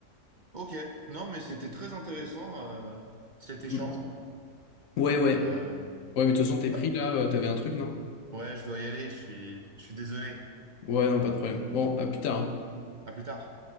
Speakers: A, on the right; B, on the left.
A: OK. Non, mais c'était très intéressant euh, cet échange.
B: Mm. Ouais, ouais.
A: Euh,
B: Ouais, mais de toute façon, t'es pris
A: bah,
B: là, euh, t'avais un truc, non?
A: ouais, je dois y aller, je suis je suis désolé.
B: Ouais, non, pas de problème. Bon, à plus tard. hein.
A: À plus tard.